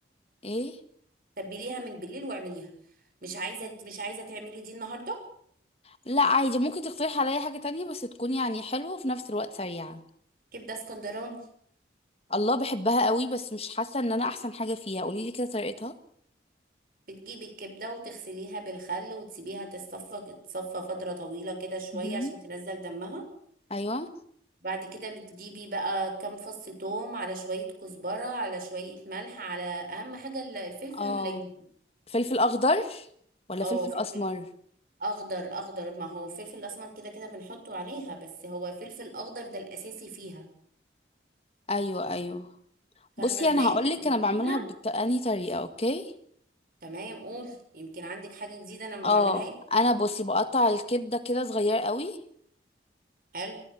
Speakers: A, on the left (about 35°); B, on the right (about 50°).
A: ايه
B: تبليها من بالليل واعمليها مش عايزه مش عايزه تعملي دي النهارده
A: لا عادي ممكن تقترح عليا حاجة تانية بس تكون يعني حلوة وفي نفس الوقت سريعة
B: كبده اسكندراني
A: الله بحبها قوي بس مش حاسة ان انا احسن حاجة فيها قولي لي كده طريقتها
B: بتجيبي الكبدة وتغسليها بالخل وتسيبيها تصفى تصفى فترة طويلة كده شوية
A: مهم.
B: عشان تنزل دمها
A: ايوه
B: بعد كده بتجيبي بقى كام فص توم على شوية كزبرة على شوية ملح على أهم حاجة ال- الفلفل
A: اه
B: والليمون
A: فلفل اخضر ولا
B: أو
A: فلفل
B: فلفل
A: اسمر
B: أخضر أخضر ما هو فلفل أسمر كده كده بنحطه عليها بس هو فلفل أخضر ده الأساسي فيها
A: ايوه ايوه
B: فاهمة
A: بصي
B: ازاي
A: انا هقولك
B: تتبليها
A: انا بعملها بأنهي طريقة اوكي
B: تمام قول يمكن عندك حاجة جديدة أنا ما
A: اه
B: بعملها
A: انا بصي بقطع الكبدة كده صغير قوي
B: حلو